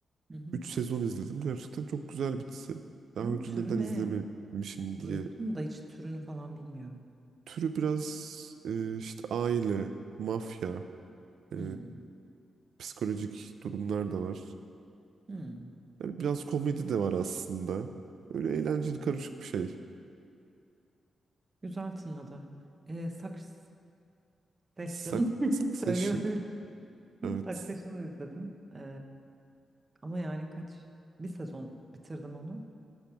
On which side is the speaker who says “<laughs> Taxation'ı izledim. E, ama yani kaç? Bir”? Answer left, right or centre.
Right